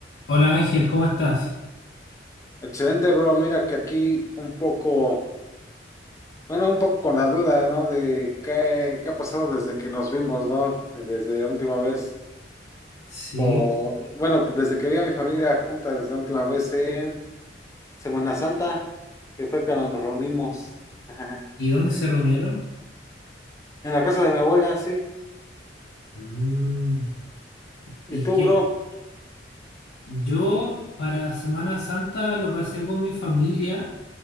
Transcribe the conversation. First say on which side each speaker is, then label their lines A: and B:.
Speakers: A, on the left (about 70°); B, on the left (about 20°).
A: Hola Ángel, ¿cómo estás?
B: Excelente, bro. Mira que aquí un poco, bueno, un poco con la duda, ¿no? De qué, qué ha pasado desde que nos vimos, ¿no? Desde la última vez,
A: Sí.
B: por, bueno, desde que vi a mi familia junta, desde la última vez en Semana Santa, que fue cuando nos reunimos <laughs>
A: ¿Y dónde se reunieron?
B: en la casa de mi abuela, sí.
A: Mm,
B: ¿Y
A: Y
B: tú,
A: que
B: bro?
A: yo para Semana Santa lo pasé con mi familia,